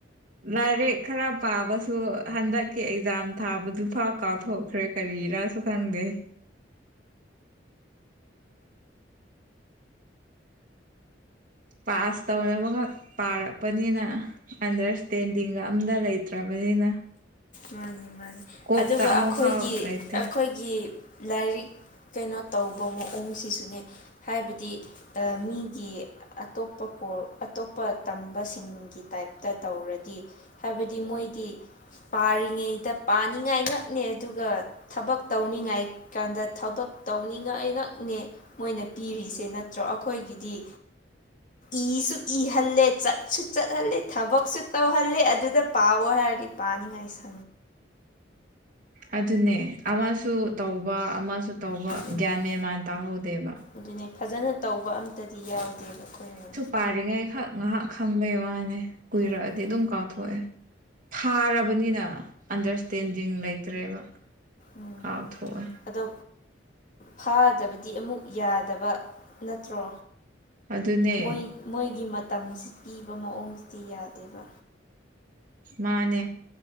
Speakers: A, on the right; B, on the left.
A: ꯂꯥꯏꯔꯤꯛ ꯈꯔ ꯄꯥꯕꯁꯨ ꯍꯟꯗꯛꯀꯤ ꯑꯦꯖꯥꯝ ꯊꯥꯕꯗꯨ ꯐꯥꯎ ꯀꯥꯎꯊꯣꯛꯈ꯭ꯔꯦ ꯀꯔꯤꯔꯥꯁꯨ ꯈꯪꯗꯦ ꯄꯥꯁ ꯇꯧꯅꯕ ꯈꯛ ꯄꯥꯔꯛꯄꯅꯤꯅ ꯑꯟꯗꯔꯁ ꯇꯦꯟꯗꯤꯡꯒ ꯑꯝꯗ ꯂꯩꯇ꯭ꯔꯕꯅꯤꯅ
B: ꯃꯥꯅꯤ ꯃꯥꯅꯤ
A: ꯀꯣꯛꯇ
B: ꯑꯗꯨꯒ
A: ꯑꯃꯐꯥꯎ
B: ꯑꯈꯣꯏꯒꯤ
A: ꯂꯩꯇꯦ
B: ꯑꯈꯣꯏꯒꯤ ꯂꯥꯏꯔꯤꯛ ꯀꯩꯅꯣ ꯇꯧꯕ ꯃꯑꯣꯡꯁꯤꯁꯨꯅꯦ ꯍꯥꯏꯕꯗꯤ ꯑ ꯃꯤꯒꯤ ꯑꯇꯣꯞꯄ ꯀꯣꯔ ꯑꯇꯣꯞꯄ ꯇꯝꯕꯁꯤꯡꯒꯤ ꯇꯥꯏꯞꯇ ꯇꯧꯔꯗꯤ ꯍꯥꯏꯕꯗꯤ ꯃꯣꯏꯗꯤ ꯄꯥꯔꯤꯉꯩꯗ ꯄꯥꯅꯤꯡꯉꯥꯏ ꯉꯛꯅꯦ ꯑꯗꯨꯒ ꯊꯕꯛ ꯇꯧꯅꯤꯉꯥꯏ ꯀꯥꯟꯗ ꯊꯕꯛ ꯇꯧꯅꯤꯡꯉꯥꯏ ꯉꯥꯛꯅꯦ ꯃꯣꯏꯅ ꯄꯤꯔꯤꯁꯦ ꯅꯠꯇ꯭ꯔꯣ ꯑꯈꯣꯏꯒꯤꯗꯤ ꯏꯁꯨ ꯏꯍꯜꯂꯦ ꯆꯠꯁꯨ ꯆꯠ ꯍꯜꯂ‌ꯦ ꯊꯕꯛꯁꯨ ꯇꯧꯍꯜꯂꯦ ꯑꯗꯨꯗ ꯄꯥꯋꯣ ꯍꯥꯏꯔꯗꯤ ꯄꯥꯅꯤꯡꯉꯥꯏꯁꯨ
A: ꯑꯗꯨꯅꯦ ꯑꯃꯥꯁꯨ ꯇꯧꯕ ꯑꯃꯥ ꯖꯨ ꯇꯧꯕ
B: ꯑꯗꯨꯅꯦ
A: ꯒ꯭ꯌꯥꯟ ꯃꯦꯟ ꯃꯥꯟ ꯇꯥꯍꯧꯗꯦꯕ
B: ꯑꯗꯨꯅꯦ ꯐꯖꯅ ꯇꯧꯕ ꯑꯝꯇꯗꯤ ꯌꯥꯎꯗꯦꯕ ꯑꯈꯣꯏꯅ
A: ꯄꯔꯤꯉꯩ ꯈꯛ ꯉꯥꯏꯍꯥꯛ ꯈꯪꯕꯩ ꯋꯥꯅꯦ ꯀꯨꯏꯔꯛꯑꯗꯤ
B: ꯑꯗꯨꯅꯦ
A: ꯑꯗꯨꯝ ꯀꯥꯎꯊꯣꯛꯑꯦ ꯊꯥꯔꯕꯅꯤꯅ ꯑꯟꯗꯔꯁꯇꯦꯟꯗꯤꯡ ꯂꯩꯇ꯭ꯔꯦꯕ
B: ꯎꯝ
A: ꯀꯥꯎꯊꯣꯛꯑꯦ
B: ꯑꯗꯣ ꯐꯥꯗꯕꯗꯤ ꯑꯃꯨꯛ ꯌꯥꯗꯕ ꯅꯠꯇ꯭ꯔꯣ
A: ꯑꯗꯨꯅꯦ
B: ꯃꯣꯏ ꯃꯣꯏꯒꯤ ꯃꯇꯝꯁꯤ ꯄꯤꯕ ꯃꯑꯣꯡꯁꯤꯗꯤ ꯌꯥꯗꯦꯕ
A: ꯃꯥꯅꯦ